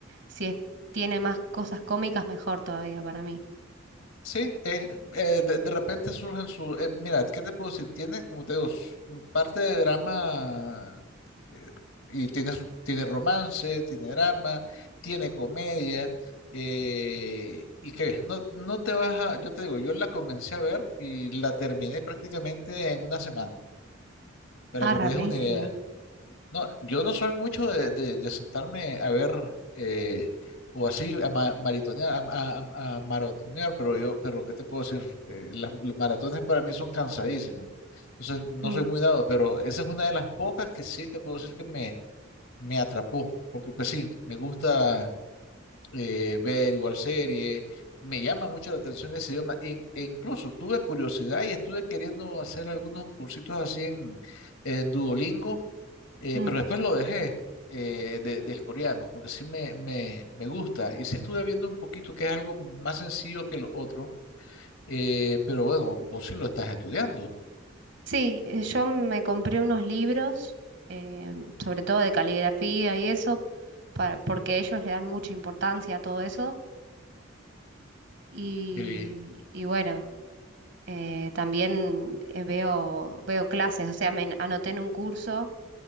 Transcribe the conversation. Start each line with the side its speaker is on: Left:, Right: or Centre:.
Right: si es- tiene más cosas cómicas, mejor todavía para mí.
Left: Sí, es, eh, de, de repente surgen su... eh, mira, ¿qué te puedo decir? Tiene, como te digo, s- parte de drama eh, y tiene, su- tiene romance, tiene drama, tiene comedia. eh, ¿y qué ves? No, no te vas a... Yo te digo, yo la comencé a ver y la terminé prácticamente en una semana, para
Right: Ah,
Left: que
Right: rapidísimo.
Left: te des una idea. No, yo no soy mucho de, de- de sentarme a ver eh, o así a, ma- maratonear, a, a- a maratonear, pero yo, pero ¿qué te puedo decir? Eh, las, los maratones para mí son cansadísimos. Entonces no
Right: Mm,
Left: soy muy dado, pero esa es una de las pocas que sí te puedo decir que me, me atrapó, porque pues sí, me gusta eh, ver igual series, me llama mucho la atención ese idioma, e, e incluso tuve curiosidad y estuve queriendo hacer algunos cursitos así en, en Duolingo eh,
Right: mm.
Left: pero después lo dejé eh, de- del coreano, porque sí me, me, me gusta. Y sí estuve viendo un poquito que es algo más sencillo que lo otro. eh, pero bueno, vos sí lo estás estudiando.
Right: Sí, eh, yo me compré unos libros, eh, sobre todo de caligrafía y eso, para, porque ellos le dan mucha importancia a todo eso. Y,
Left: Qué bien.
Right: y bueno, Eh, también eh, veo, veo clases, o sea, me en- anoté en un curso